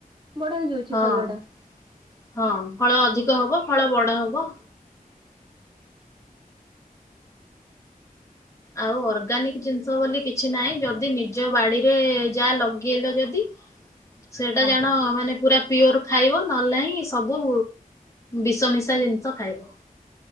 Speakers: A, on the right; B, on the left.
A: ବଡ ହେଇଯାଉଛି
B: ହଁ-ହଁ
A: ଫଲ
B: ଫଳ ଅଧିକ ହବ ଫଳ ବଡ
A: ଟା।
B: ହବ। ଆଉ ଅର୍ଗାନିକ ଜିନ୍ଷ ବୋଲି କିଛି ନାଇଁ। ଯଦି ନିଜ ବାଡିରେ ଯା ଲଗେଇଲ ଯଦି ସେଟା
A: ହଁ
B: ଜାଣ
A: ହଁ
B: ମାନେ ପୁରା ପିଓର ଖାଇବ ନଏଲ୍ ନାଇଁ ସବୁ ବିଷ ମିଶା ଜିନିଷ ଖାଇବ।